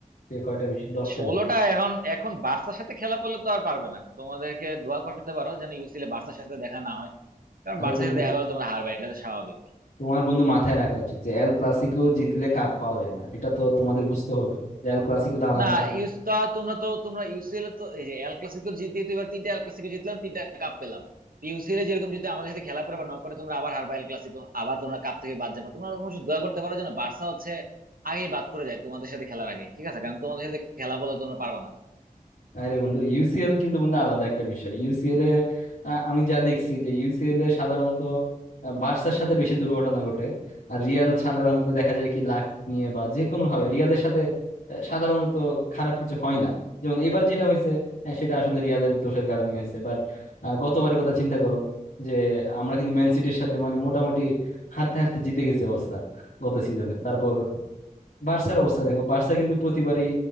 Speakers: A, on the left (about 80°); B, on the right (about 75°).
A: যে কয়টা বেশি দশটার
B: ষোলোটা
A: উপরে
B: এখন এখন বার্সার সাথে খেলা পড়লে তো আর পারবে না তোমাদেরকে দোয়া করতে পারো যেন ইউসিএল বার্সার সাথে দেখা না হয় কারণ
A: আরে
B: বার্সার
A: বন্ধু
B: সাথে দেখা গেলে তোমরা হারবে এটা তো স্বাভাবিক
A: তোমার বন্ধু মাথায় রাখা উচিত যে এল ক্লাসিকো জিতলে কাপ পাওয়া যায় না এটা তো তোমাদের বুঝতে হবে যে এল ক্লাসিকো তো আলাদা
B: না
A: কাপ
B: ইউস তা তোমরা তো তোমরা ইউসিএল তো এই যে এল ক্লাসিকো জিতে তো এবার তিনটা এল ক্লাসিকো জিতলাম তিনটা কাপ পেলাম ইউসিএল এ যেরকম যদি আমাদের সাথে খেলা পরে বা নক করে তোমরা আবার হারবা এল ক্লাসিকো আবার তোমরা কাপ থেকে বাদ যাবে তোমরা অবশ্য দোয়া করতে পারো যেন বার্সা হচ্ছে আগেই বাদ পড়ে যায় তোমাদের সাথে খেলার আগে ঠিক আছে কারণ তোমাদের সাথে খেলা বলে তোমরা পারবা না
A: আরে বন্ধু ইউসিএল কিন্তু বন্ধু আলাদা একটা বিষয় ইউসিএল এ আ, আমি যা দেখছি যে ইউসিএল এ সাধারণত আ, বার্সার সাথে বেশি দুর্ঘটনা ঘটে আর রিয়াল সাধারণত দেখা যায় কি লাক নিয়ে বা যে কোনো ভাবে রিয়ালের সাথে আ, সাধারণত খারাপ কিছু হয় না যেমন এইবার যেটা হয়েছে হ্যাঁ সেটা আসলে রিয়ালের দোষের কারণে হয়েছে বাট গতবারের কথা চিন্তা করো যে আমরা কিন্তু ম্যান সিটির সাথে মানে মোটামুটি হারতে হারতে জিতে গেছে অবস্থা গত সিজনে তারপর বার্সার অবস্থা দেখো বার্সা কিন্তু প্রতিবারই